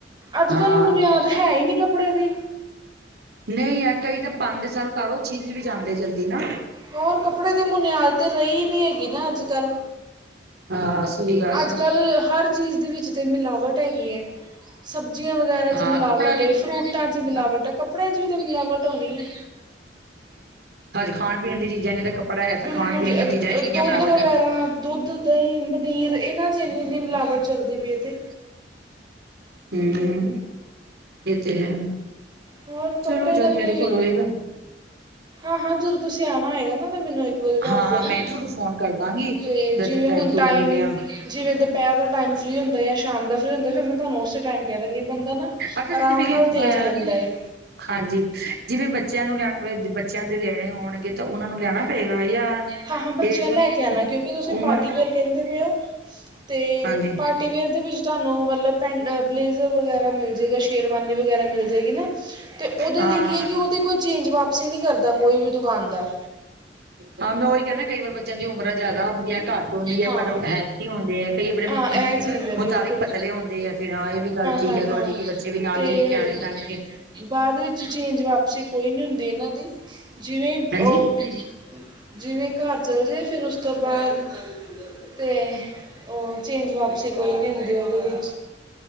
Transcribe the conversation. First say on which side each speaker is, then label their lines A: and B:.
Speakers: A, on the right; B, on the right.
A: ਅੱਜ
B: ਹਾਂ
A: ਕੱਲ ਨੂੰ ਬੁਨਿਆਦ ਹੈ ਹੀ ਨੀ ਕੱਪੜੇ ਦੀ,
B: ਨਹੀਂ ਹੈ ਕਈ ਤਾਂ ਪਾਉਦੇ ਸਾਰ ਓਤਾਰੋ ਛਿਜ ਵੀ ਜਾਂਦੇ ਜਲਦੀ ਨਾ।
A: ਹੋਰ ਕੱਪੜੇ ਦੀ ਮੁਨਿਆਦ ਤਾਂ ਰਹੀ ਨਹੀਂ ਹੈਗੀ ਨਾ ਅੱਜ ਕੱਲ।
B: ਹਾਂ ਸਹੀ ਗੱਲ
A: ਅੱਜ
B: ਹੈ
A: ਕੱਲ ਹਰ ਚੀਜ਼ ਦੇ ਵਿੱਚ ਤਾਂ ਮਿਲਾਵਟ ਹੈਗੀ ਹੈ। ਸਬਜ਼ੀਆਂ ਵਗੈਰਾ
B: ਹਾਂ
A: 'ਚ ਮਿਲਾਵਟ
B: ਕੱਪੜਾ ਵੀ
A: ਏ,
B: ਪੂਰਾ
A: ਫਰੂਟਾਂ
B: ਜ਼ਰੂਰੀ
A: 'ਚ ਮਿਲਾਵਟ
B: ਨਾ
A: ਹੈ, ਕੱਪੜਿਆਂ 'ਚ ਵੀ ਤਾਂ ਮਿਲਾਵਟ ਹੋਣੀ ਹੈ।
B: ਕੋਈ ਹੈਂ। ਹੱਜ ਖਾਣ- ਪੀਣ ਦੀ ਚੀਜ਼ਾਂ ਨੇ, ਤਾਂ ਕੱਪੜਾ ਹੈ, ਤਾਂ
A: ਬਿਲਕੁਲ
B: ਖਾਣ- ਪੀਣ
A: ਜੀ
B: ਦੀਆਂ ਚੀਜ਼ਾਂ ਚ ਕਿੰਨੀਆਂ
A: ਦੁੱਧ
B: ਮਿਲਾਵਟ
A: ਵਗੈਰਾ
B: ਹੈ।
A: ਦੁੱਧ ਦਹੀਂ, ਪਨੀਰ ਇਹਨਾਂ 'ਚ ਇੰਨੀ- ਇੰਨੀ ਮਿਲਾਵਟ ਚੱਲਦੀ ਪਈ ਏ ਅਤੇ
B: ਹੂੰ ਇਹ ਤੇ ਹੈ
A: ਹੋਰ ਕੱਪੜੇ
B: ਚਲੋ ਜਦ
A: ਦਾ ਕੀ
B: ਮੇਰੇ ਕੋਲ ਹੋਏਗਾ।
A: ਹਾਂ- ਹਾਂ ਜਦੋਂ ਤੁਸੀਂ ਆਉਣਾ ਹੋਏਗਾ ਨਾ ਤਾਂ ਮੈ ਤੁਸੀਂ ਦੱਸ
B: ਹਾਂ
A: ਦੇਣਾ
B: ਹਾਂ ਮੈਂ ਨਾ ਤੁਹਾਨੂੰ ਫੋਨ ਕਰ ਦਾਂਗੀ
A: ਤੇ
B: ਜਦ
A: ਜਿਵੇਂ ਹੁਣ
B: ਟੂਮ
A: ਟਾਈਮ
B: ਮਿਲਿਆ
A: ਜਿਵੇਂ ਦੋਪੈਹਿਰ ਦਾ ਟਾਈਮ ਫਰੀ ਹੁੰਦਾ ਜਾਂ, ਸ਼ਾਮ ਦਾ ਫਰੀ ਹੁੰਦਾ ਫੇਰ ਮੈਂ ਤੁਹਾਨੂੰ ਉਸੇ ਟਾਈਮ ਕਹਿ ਦਾਂਗੀ ਬੰ- ਦਾ ਨਾ
B: ਅੱਛਾ
A: ਆਰਾਮ
B: ਜਿਵੇਂ ਕਿ
A: ਨਾਲ ਦੇਖ
B: ਅਹ
A: ਲੈਂਦਾ ਏ।
B: ਹਾਂਜੀ ਜਿਵੇਂ ਬੱਚਿਆਂ ਨੂੰ ਲਿਆਣਾ ਬੱਚਿਆਂ ਦੇ ਲੈਣੇ ਹੋਣਗੇ ਤਾਂ ਉਹਨਾਂ ਨੂੰ ਲਿਆਣਾ ਪਏਗਾ, ਜਾਂ
A: ਹਾਂ- ਹਾਂ ਬੱਚਿਆਂ
B: ਏਜ ਉਮਰ
A: ਲੈ ਕੇ ਆਉਣਾ ਕਿਉਂਕਿ ਤੁਸੀਂ ਪਾਰਟੀ ਵੇਅਰ ਕਹਿੰਦੇ ਪਏ ਹੋ, ਤੇ
B: ਹਾਂਜੀ
A: ਪਾਟੀ ਵੇਅਰ ਦੇ ਵਿੱਚ ਤੁਹਾਨੂੰ ਮਤਲਬ ਪੈਂਟ ਬਲੇਜ਼ਰ ਵਗੈਰਾ ਮਿਲ ਜਾਵੇਗਾ, ਸ਼ੇਰਵਾਨੀ ਵਗੈਰਾ ਮਿਲ ਜਾਵੇਗੀ, ਪਰ ਤੇ ਉਹਦੇ
B: ਹਾਂ
A: ਲਈ ਕੀ ਹੈ ਕਿ ਉਹਦੀ ਕੋਈ ਚੇਂਜ ਵਾਪਸੀ ਨਹੀਂ ਕਰਦਾ ਕੋਈ ਵੀ ਦੁਕਾਨਦਾਰ।
B: ਹਾਂ ਮੈਂ ਉਹੀ ਕਹਿੰ ਨਾ ਕਈ ਵਾਰ ਬੱਚਿਆਂ ਦੀਆਂ ਉਮਰਾਂ ਜ਼ਿਆਦਾ ਹੁੰਦੀਆਂ, ਘੱਟ ਹੁੰਦੀਆਂ
A: ਹਾਂ
B: ਪਰ ਹੈਲਥ- ਹੁੰਦੇ ਹੈ, ਕਈ ਆਪਣੇ
A: ਹਾਂ ਇਹ ਚੀਜ਼ ਹੈ ਬਿਲਕੁਲ
B: ਮੁਤਾਬਿਕ ਪਤਲੇ ਹੁੰਦੇ ਆ। ਫ ਹਾਂ ਇਹ ਵੀ ਗੱਲ ਠੀਕ
A: ਹਾਂ
B: ਹੈ
A: ਹਾਂ
B: ਤੁਹਾਡੀ,
A: ਅਤੇ
B: ਵੀ ਬੱਚੇ ਵੀ ਨਾਲ ਹੀ ਲੈ ਕੇ ਆਉਣੇ ਪੈਣੇਗੇ।
A: ਬਾਅਦ ਵਿੱਚ ਚੇਂਜ, ਵਾਪਸੀ ਕੋਈ ਨੀ ਹੁੰਦੀ ਇਹਨਾਂ ਦੀ। ਜਿਵੇਂ
B: ਹਾਂਜੀ
A: ਉਹ, ਜਿਵੇਂ ਘਰ ਚਲ ਜੇ ਫਿਰ ਉਸ ਤੋਂ ਬਾਅਦ ਤੇ ਉਹ, ਚੇਂਜ ਵਾਪਸੀ ਕੋਈ ਨਹੀਂ ਹੁੰਦੀ ਉਹਦੇ ਵਿੱਚ